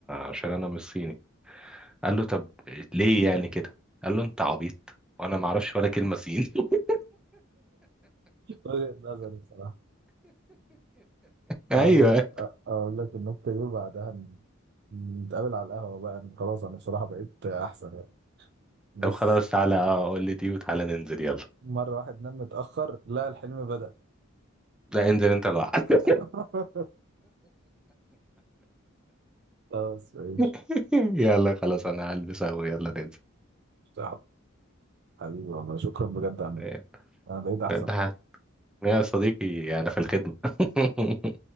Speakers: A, in the centre; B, on the right.
A: عشان انا مش صيني قال له طب ليه يعني كده قال له انت عبيط وانا ما اعرفش ولا كلمه صيني <laughs>
B: وجهة نظر بصراحة
A: ايوه
B: اقول لك اقول لك النكته دي وبعدها نتقابل على القهوه بقى خلاص انا بصراحه بقيت احسن يعني بص
A: طب خلاص تعالى اه قول لي دي وتعالى ننزل يلا
B: مره واحد نام متاخر لا الحلم بدأ
A: لا انزل انت لوحدك
B: <laughs> خلاص ماشي
A: <laughs> يلا خلاص انا هلبس اهو يلا ننزل
B: حبيبي والله شكرا بجد
A: <laughs>
B: عنك
A: إيه،
B: انا بقيت احسن
A: لا
B: خلاص
A: يا صديقي انا في الخدمه <laughs>